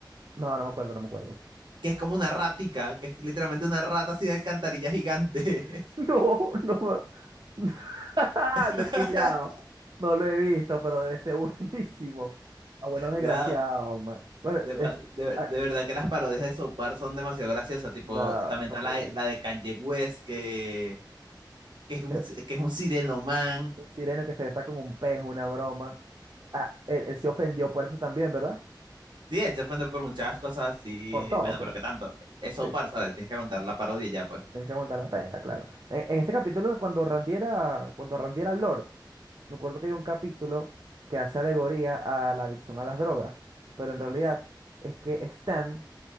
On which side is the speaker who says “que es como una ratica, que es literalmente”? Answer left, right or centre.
Right